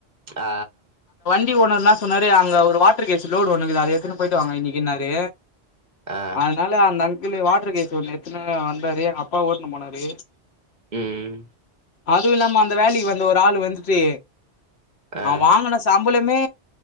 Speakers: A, on the right (about 45°); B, on the left (about 70°).
A: ஆ
B: வண்டி ஓனர் என்னா சொன்னாரு அங்க ஒரு வாட்டர் கேச லோடு ஒண்ணு இருக்குது அத எத்துன்னு போயிட்டு வாங்க இன்னைக்குன்னாரு
A: ஆ
B: அதனால அந்த அங்கிள் வாட்டரு கேஸ் ஒ எத்தன வந்தாரு எங்க அப்பா ஓட்டனுு போனாரு
A: ம்
B: அதுவும் இல்லாம அந்த வேலைக்கு வந்த ஒரு ஆள் வந்துட்டு
A: ஆ
B: வாங்கின ச ம்பளமே